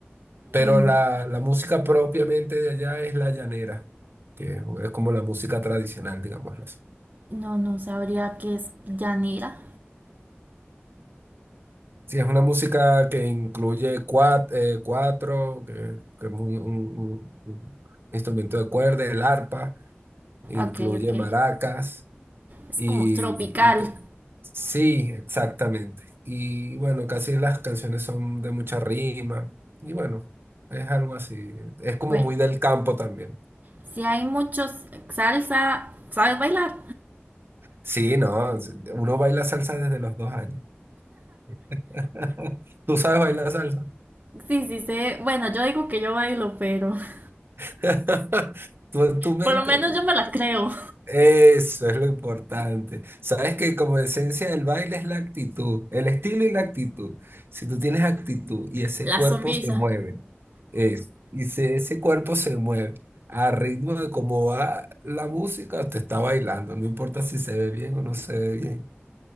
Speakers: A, on the right (about 60°); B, on the right (about 40°).
A: Pero
B: Mm,
A: la, la música propiamente de allá es la llanera, que es como la música tradicional, digámoslo así.
B: No, no sabría qué es llanera.
A: Sí, es una música que incluye cuatro, cuatro que, que es un, un- un- un instrumento de cuerda, el arpa, incluye
B: Ok, ok.
A: maracas
B: Es
A: y,
B: como tropical.
A: Sí, exactamente. Y bueno, casi las canciones son de mucha rima. Y bueno, es algo así. Es como
B: Bueno,
A: muy del campo también.
B: si hay muchos salsa, ¿sabes bailar?
A: Sí, no, uno baila salsa desde los dos años. <laughs> ¿Tú sabes bailar salsa?
B: Sí, sí sé. Bueno, yo digo que yo bailo, pero <laughs>
A: <laughs> Tú en tu mente,
B: por lo menos yo me la creo.
A: Eso es lo importante. Sabes que como esencia del baile es la actitud, el estilo y la actitud. Si tú tienes actitud y ese
B: La
A: cuerpo
B: sonrisa.
A: se mueve, eso, y si ese cuerpo se mueve a ritmo de cómo va la música, te está bailando, no importa si se ve bien o no se ve bien.